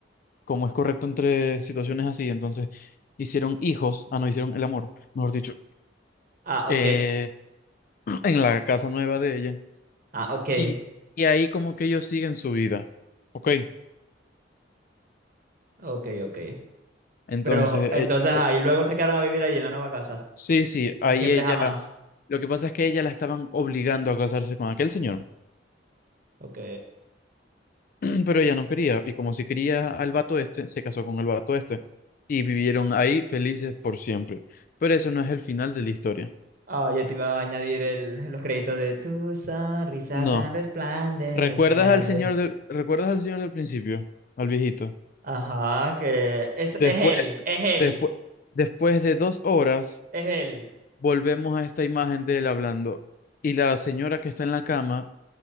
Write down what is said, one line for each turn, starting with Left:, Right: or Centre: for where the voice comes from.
Left: como es correcto entre situaciones así, entonces hicieron hijos, ah, no, hicieron el amor, mejor dicho,
Right: Ah,
Left: eh,
Right: ok.
Left: <clears throat> en la casa nueva de ella.
Right: Ah, ok.
Left: Y, y ahí como que ellos siguen su vida, ¿ok?
Right: Ok, ok.
Left: Entonces,
Right: Pero entonces
Left: eh,
Right: ahí
Left: eh,
Right: luego se quedaron a vivir ahí en la nueva casa.
Left: sí, sí,
Right: Por
Left: ahí
Right: siempre
Left: ella,
Right: jamás.
Left: lo que pasa es que ella la estaban obligando a casarse con aquel señor,
Right: Ok.
Left: <clears throat> pero ella no quería, y como si quería al vato este, se casó con el vato este, y vivieron ahí felices por siempre. Pero eso no es el final de la historia.
Right: Ah, ya te iba a añadir el, los créditos de tu sonrisa
Left: No.
Right: tan resplandeciente.
Left: ¿Recuerdas al señor del, recuerdas al señor del principio? Al viejito.
Right: Ajá, que es,
Left: Después,
Right: es él, es él,
Left: después, después de dos horas,
Right: es él.
Left: volvemos a esta imagen de él hablando. Y la señora que está en la cama